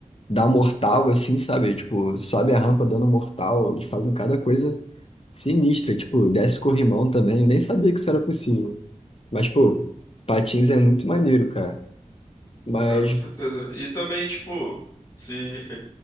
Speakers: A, on the left; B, on the left.
A: dá mortal assim, sabe? Tipo, sobe a rampa dando mortal. Eles fazem cada coisa sinistra. Tipo, desce corrimão também. Eu nem sabia que isso era possível. Mas, pô, patins é muito maneiro, cara. Mas
B: Ah, com certeza. E também, tipo, se <laughs>